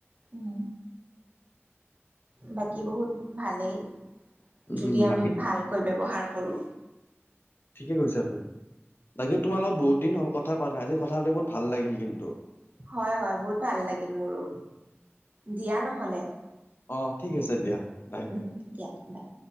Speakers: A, on the right (about 35°); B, on the left (about 50°).
A: উম বাকী বহুত ভালেই উম
B: উম
A: যদি আমি
B: বাকী
A: ভালকৈ ব্যৱহাৰ কৰোঁ।
B: ঠিকে কৈছা ত বাকী তোমাৰ লগত বহুত দিন হ'ল কথা পাত নাই আজি কথা পাতি বহুত ভাল লাগিল কিন্তু।
A: হয় হয় বহুত ভাল লাগিল মোৰো দিয়া নহ'লে
B: অ ঠিক আছে দিয়া বাই।
A: উম দিয়া বাই